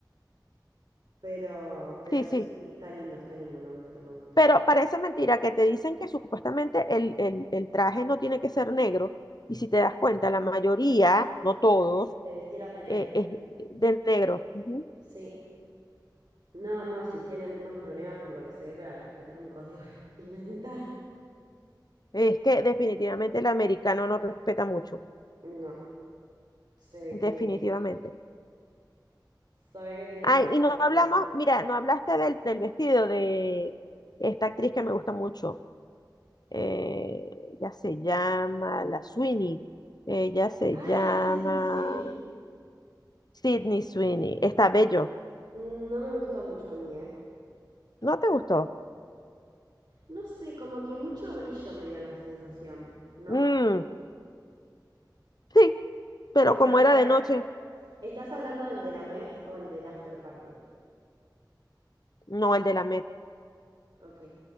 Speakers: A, on the right (about 70°); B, on the left (about 60°).
A: Pero, pero
B: sí,
A: sí,
B: sí.
A: sí, está lindo, está lindo, me gusta, me gusta.
B: Pero parece mentira que te dicen que supuestamente el, el- el traje no tiene que ser negro. Y si te das cuenta, la mayoría, no todos,
A: Se, se vistieron de negro.
B: eh, es de negro. Ujú.
A: Sí, No, no, si tienen unos problemas por lo que se ve para respetar un código <laughs> de vestimenta,
B: Es que definitivamente el americano no respeta mucho.
A: no, se ve que,
B: Definitivamente.
A: se ve que tienen
B: Ay,
A: problemas.
B: y no hablamos, mira, no hablaste del, del vestido de esta actriz que me gusta mucho. Eh, ya se llama La Sweeney. Ella se
A: ¡Ay,
B: llama.
A: Sydney Sweeney!
B: Sydney Sweeney. Está bello.
A: Mm, No me gustó mucho a mí, ¿eh?
B: ¿No te gustó?
A: No sé, como que mucho brillo me dio la sensación, ¿no?
B: Mm, sí, pero
A: O estás,
B: como era
A: para,
B: de noche,
A: ¿estás hablando del de la Met o el del After Party?
B: no el de la Met,
A: Ok.